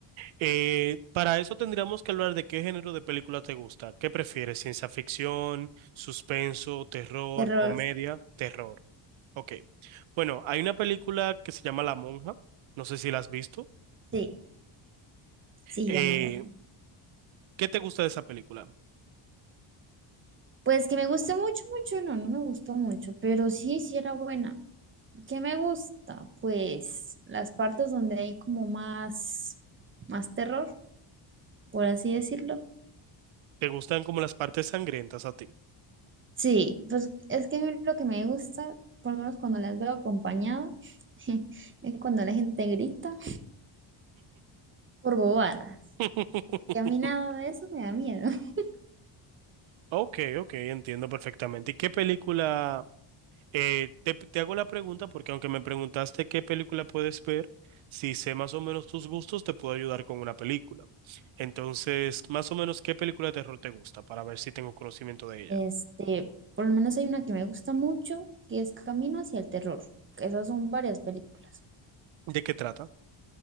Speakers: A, on the right; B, on the right.
A: Eh, para eso tendríamos que hablar de qué género de película te gusta. ¿Qué prefieres? ¿Ciencia ficción, suspenso, terror,
B: Terror,
A: comedia? Terror. Ok. Bueno, hay una película que se llama La Monja. No sé si la has visto.
B: sí, sí,
A: Eh,
B: llámala.
A: ¿qué te gusta de esa película?
B: Pues que me guste mucho, mucho, no, no me gustó mucho, pero sí, sí era buena. ¿Qué me gusta? Pues las partes donde hay como más, más terror, por así decirlo.
A: ¿Te gustan como las partes sangrientas a ti?
B: Sí, pues es que a mí lo que me gusta, por lo menos cuando las veo acompañado, <laughs> es cuando la gente grita por bobadas.
A: <laughs>
B: Que a mí nada de eso me da miedo. <laughs>
A: Ok, ok, entiendo perfectamente. ¿Y qué película? eh, te, te hago la pregunta porque aunque me preguntaste qué película puedes ver, si sé más o menos tus gustos, te puedo ayudar con una película. Entonces, más o menos, ¿qué película de terror te gusta para ver si tengo conocimiento de ella?
B: Este, por lo menos hay una que me gusta mucho, que es Camino hacia el terror. Esas son varias películas.
A: ¿De qué trata?